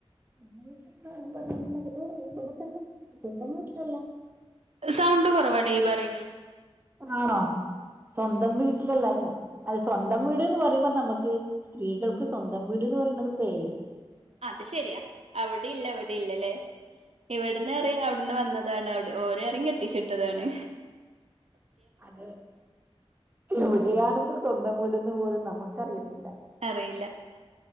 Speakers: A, on the right; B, on the right.
A: എന്റെ വീട്ടിലും ഇവിടെ തന്നെ സ്വന്തം വീട്ടിലല്ലാ
B: സൗണ്ട് കുറവാടി ഈ പറയന്നേ
A: ആണോ സ്വന്തം വീട്ടിലല്ലാരുന്നു അതെ സ്വന്തം വീട് എന്ന് പറയുമ്പ നമുക്ക് സ്ത്രീകൾക്ക് സ്വന്തം വീട് എന്ന് പറയണത് പേ
B: അത് ശെരിയാ അവിടെ ഇല്ല ഇവിടെ ഇല്ലല്ലേ ഇവിടെന്ന് പറയും അവിടുന്ന് വന്നതാണ് അവിടെ ഓര് പറയും കെട്ടിച് വിട്ടതാണ്
A: അതെ എവിടെയാണ് ഇപ്പോ സ്വന്തം വീടെന്ന് പോലും നമുക്കറിയുന്നില്ല
B: അറിയില്ല